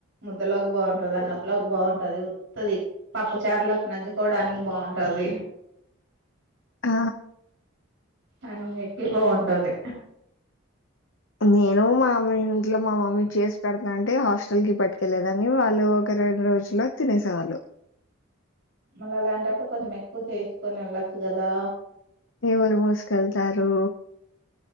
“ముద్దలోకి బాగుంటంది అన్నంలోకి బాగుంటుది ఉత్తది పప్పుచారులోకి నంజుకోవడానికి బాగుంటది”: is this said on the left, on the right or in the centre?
Right